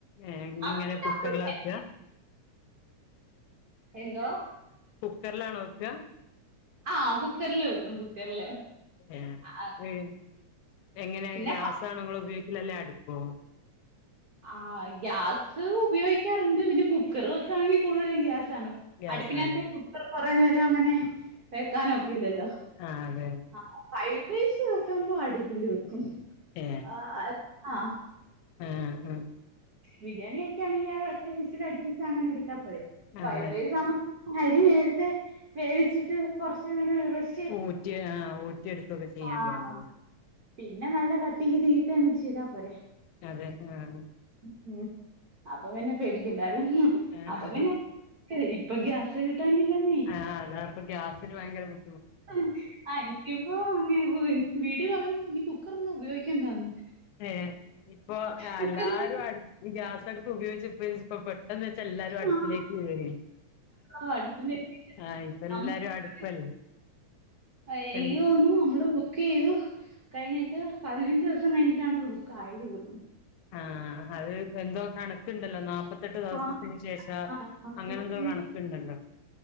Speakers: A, on the left (about 80°); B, on the right (about 65°).
A: ഏഹ്
B: അവിടെ
A: ഇങ്ങനെ
B: ഉണ്ടാക്കൂല.
A: കുക്കറിലാ വെക്കാ
B: എന്തോ
A: കുക്കറിലാണോ വെക്ക്‌ക
B: ആഹ് കുക്കറില് വെക്കും കുക്കറില്.
A: ഏഹ്
B: ആ
A: ഏഹ് എങ്ങനെ
B: പിന്നെ
A: ഗ്യാസാണോ നിങ്ങൾ ഉപയോഗിക്കല് അല്ലെ അടുപ്പോ.
B: ആഹ് ഗ്യാസ് ഉപയോഗിക്കാറ്ണ്ട് പിന്നെ കുക്കറ് വെക്കാണെങ്കിൽ കൂടുതലും ഗ്യാസാണ്.
A: ഗ്യാസാണ്
B: അടുപ്പിനകത്ത് കുക്കറ് കൊറെ നേരം അങ്ങനെ വെക്കാനൊക്കില്ലല്ലോ.
A: ആഹ് അതെ അതെ
B: ആഹ് ഫ്രൈഡ് റൈസ് വെക്കുമ്പോ അടിപ്പില് വെക്കും.
A: ഏഹ്
B: ആഹ് അത് ആഹ്.
A: ഉം ഉം.
B: ബിരിയാണി ഒക്കൊണെങ്കിൽ അത് ഒറ്റ വിസിൽ അടുപ്പിച്ച് അങ്ങനെ എടുത്താ പോരെ ഫ്രൈഡ്
A: ആഹ് അതെ
B: റൈസാവുമ്പോ അരി നേരത്തെ വേവിച്ചിട്ട് കൊറച്ച് നേരം റസ്റ്റ്
A: ഊറ്റി ആഹ് ഊറ്റിയെടുക്കൊക്കെ ചെയ്യേണ്ടിയാണല്ലോ.
B: ആഹ് പിന്നെ നല്ല കട്ടീത് തിയിട്ട് അങ്ങട്ട് ചെയ്താ പോരെ.
A: അതെ ആഹ്
B: ഉം അപ്പ പിന്നെ പേടിക്കണ്ടാലോ ഉം
A: ആഹ്
B: അപ്പ പിന്നെ ശരി ഇപ്പം ഗ്യാസ് കിട്ടാനില്ലെന്നേ
A: ആഹ് അതാണ് ഇപ്പൊ ഗ്യാസിന് ഭയങ്കര ബു
B: ഉം ആ എനിക്കിപ്പോ <unintelligible> വീട്ടില് പറയുന്നു ഇനി കുക്കറന്നും ഉപയോഗിക്കേണ്ടാന്ന്.
A: ഏഹ് ഇപ്പൊ എല്ലാരും
B: കുക്കറിനോട്
A: അടു ഗ്യാസ്ടുപ്പ് ഉപയോഗിച്ച് ഉപയോഗിച്ച് ഇപ്പ പെട്ടെന്ന് എല്ലാരും അടുപ്പിലേക്ക്
B: ആഹ്
A: കേറി
B: ആഹ് അടുപ്പിന്റെ
A: ആഹ് ഇപ്പ എല്ലാരും
B: നമുക്ക്
A: അടുപ്പല്ലേ
B: എനിക്ക്
A: എൻ
B: തോന്നുന്നു നമ്മള് ബുക്കിതു കഴിഞ്ഞിട്ട് പതിനഞ്ചൂസം കഴിഞ്ഞിട്ടാണത് ബുക്ക് ആയത് പോലും
A: ആഹ് അത് എന്തോ കണക്കുണ്ടല്ലോ നാപ്പ പതിനെട്ട് ദിവസത്തിന്
B: ആഹ്
A: ശേഷ
B: ആഹ് അതെ.
A: അങ്ങനെ എന്തോ
B: പിന്നെ
A: കണക്കുണ്ടല്ലോ